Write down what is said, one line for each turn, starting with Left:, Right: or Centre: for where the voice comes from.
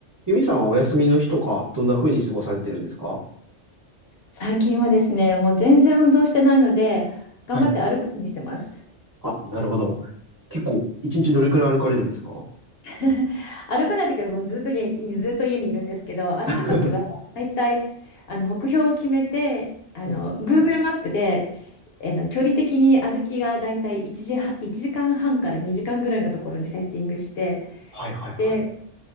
Right: ユミさんはお休みの日とか、どんな風に過ごされてるんですか
Left: 最近はですね、もう全然運動してないので、頑張って歩くようにしてます。
Right: はい。あ、なるほど。結構、一日どれくらい歩かれるんですか
Left: <laughs> 歩かないときはもうずっと家に、ずっと家にいるんですけど、歩くときは大体あの目標を決めて、
Right: <laughs> は
Left: あの
Right: い
Left: Google マップであの距離的に歩きが大体1時半、1時間半から2時間ぐらいのところにセッティングして、
Right: はいはいはい。
Left: で